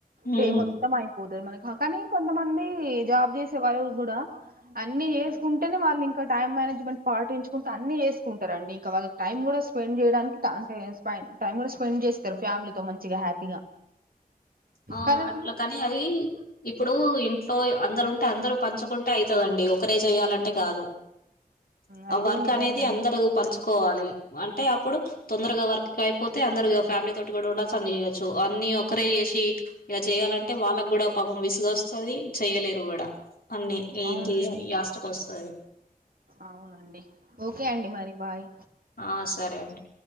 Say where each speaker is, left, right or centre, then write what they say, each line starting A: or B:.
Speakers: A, on the left; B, on the right.
A: హ్మ్.
B: డే మొత్తం అయిపోదది మనకి కానీ కొంతమంది జాబ్ చేసే వాళ్ళ కూడా అన్ని చేసుకుంటేనే వాళ్ళు ఇంకా టైం మేనేజ్మెంట్ పాటించుకుంటే అన్ని చేసుకుంటారండి ఇంక వాళ్ళకి టైం కూడా స్పెండ్ చేయడానికి టైం కూడా స్పెండ్ చేస్తారు ఫ్యామిలీతో మంచిగా హ్యాపీగా
A: ఆ
B: కరెక్ట్గా
A: అట్లా కని అది ఇప్పుడు ఇంట్లో అందరు ఉంటే అందరు పంచుకుంటే అయితదండి ఒకరే చెయాలంటే కాదు
B: అది
A: ఆ
B: కూడా
A: వర్క్
B: నిజమే
A: అనేది
B: అండి
A: అందరు పంచుకోవాలి అంటే అప్పుడు తొందరగా వర్క్ అయిపోతే అందరు ఫ్యామిలీ తోటి కూడా ఉండాల్సి అని చేయచ్చు అన్ని ఒకరే చేసి ఇలా చెయాలంటే వాళ్ళకు కూడా పాపం విసుగస్తుది చెయలేరు కూడా అన్నీ ఏంటి
B: అవునండి
A: యాస్ట్కొస్తది
B: అవునండి ఓకే అండి మరి బాయ్
A: ఆ సరే అండి